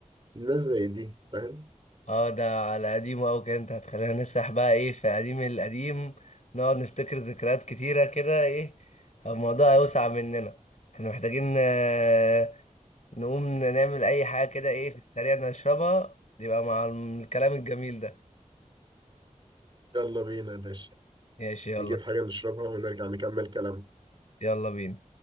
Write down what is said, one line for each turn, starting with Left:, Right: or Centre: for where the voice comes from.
Right: الناس زي دي فاهم
Left: اه ده على قديمه قوي كده انت هتخلينا نسرح بقى ايه في قديم القديم نقعد نفتكر ذكريات كتيره كده ايه الموضوع هيوسع مننا احنا محتاجين آه، نقوم نعمل اي حاجه كده ايه في السريع نشربها يبقى مع الكلام الجميل ده
Right: يلا بينا يا باشا
Left: ماشي يلا
Right: نجيب حاجة نشربها ونرجع نكمل كلامنا
Left: يلا بينا